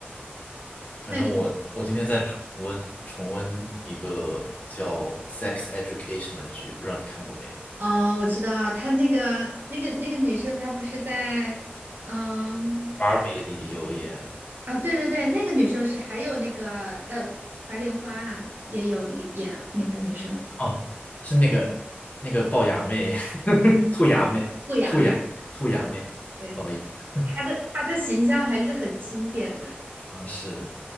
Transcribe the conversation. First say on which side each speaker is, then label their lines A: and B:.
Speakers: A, on the left (about 40°); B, on the right (about 60°).
A: 反正我我今天在重温重温一个叫《Sex
B: 那你？
A: Education》的剧，不知道你看过没有
B: 哦，我知道，她那个那个那个女生，她不是在，嗯，
A: ？Barbie 里有演，
B: 啊，对对对，那个女生是还有那个呃，白莲花啊也有里演那个女生
A: 哦，是那个那个龅牙妹，<laughs> 兔牙妹，
B: 不雅美，
A: 兔牙兔牙妹，
B: 对，
A: 不好意思，
B: 她的她的形象还是很经典的，
A: 啊是。